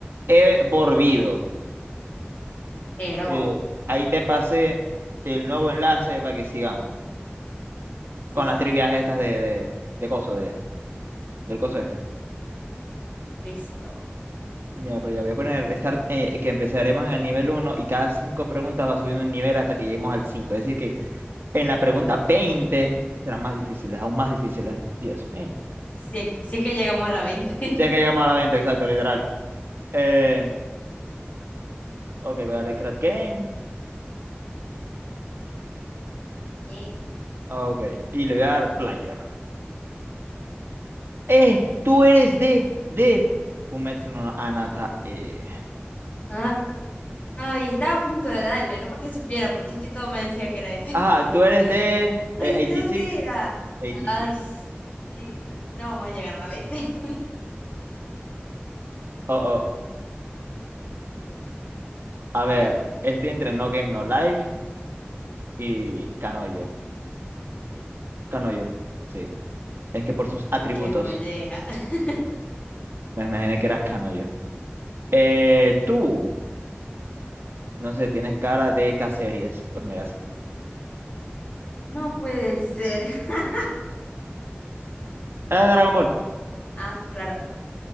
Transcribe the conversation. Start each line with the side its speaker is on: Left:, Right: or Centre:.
Right: He volvido.
Left: Hello,
Right: Eh, ahí te pasé el nuevo enlace para que sigamos
Left: Sisa.
Right: con las trivias estas de, de, de coso, de, del coso este.
Left: Listo.
Right: Mira, pero ya voy a poner start, eh, que empezaremos en el nivel uno y cada 5 preguntas va subiendo un nivel hasta que lleguemos al cinco Es decir, que en la pregunta 20 serán más difíciles, aún más difíciles. Dios mío.
Left: Sí, es, si es que llegamos a la 20. <laughs>
Right: Si es que llegamos a la veinte exacto, literal. Eh, ok, voy a darle Create Game.
Left: Ok.
Right: Ok, y le voy a dar Player. Eh, tú eres de, de Fumetsu no Anata. Eh.
Left: Ah, ay, estaba a punto de darle, no porque supiera, porque es que todo me decía que era ese.
Right: Ajá,
Left: <laughs>
Right: tú eres de
Left: Ay,
Right: eh, 86.
Left: ¿este dónde era?
Right: 86.
Left: Ay, sí, no, no vamos a llegar a la 20.
Right: Oh, oh. A ver,
Left: <laughs> Rayo,
Right: estoy entre No Game No Life y Kanoyo. Kanoyo, sí. Es que por sus atributos
Left: qué molleja. <laughs>
Right: me imaginé que era Kanoyo. Eh, tú, no sé, tienes cara de K-series. Pues mira, sí.
Left: No puede ser. <laughs>
Right: ¡Es Dragon Ball!
Left: Ah, claro.